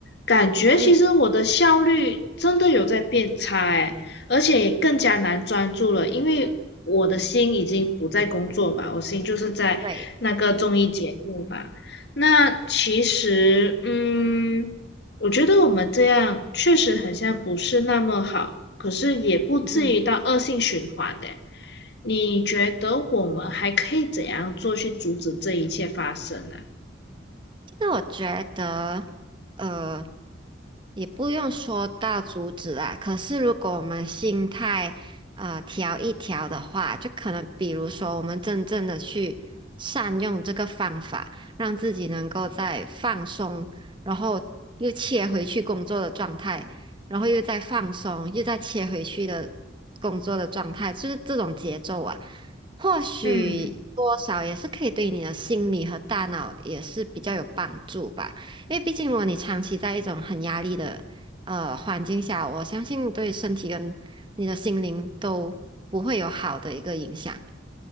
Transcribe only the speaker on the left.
感觉其实我的效率真的有在变差哎，
而且也更加难专注了，因为我的心已经不在工作嘛，我心就是在那个综艺节目嘛。
那其实，嗯，我觉得我们这样确实很像不是那么好，可是也不至于到恶性循环呢。
你觉得我们还可以怎样做去阻止这一切发生呢？
嗯。